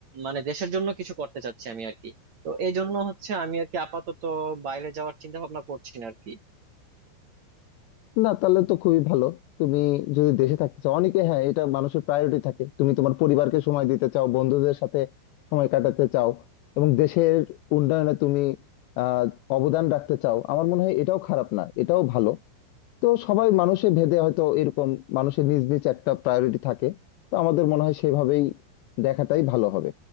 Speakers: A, on the right; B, on the left.
A: মানে দেশের জন্য কিছু করতে চাচ্ছি আমি আর কি তো এই জন্য হচ্ছে আমি আর কি আপাতত বাইরে যাওয়ার চিন্তা ভাবনা করছি না আর কি
B: না তাহলে তো খুবই ভালো তুমি যদি দেশে থাকতে চাও অনেকে হ্যাঁ এটা মানুষের প্রায়োরিটি থাকে তুমি তোমার পরিবারকে সময় দিতে চাও বন্ধুদের সাথে সময় কাটাতে চাও এবং দেশের উন্নয়নে তুমি আহ অবদান রাখতে চাও আমার মনে হয় এটাও খারাপ না এটাও ভালো তো সবাই মানুষে ভেদে হয়তো এরকম মানুষের নিজ নিজ একটা প্রায়োরিটি থাকে তো আমাদের মনে হয় সেভাবেই দেখাটাই ভালো হবে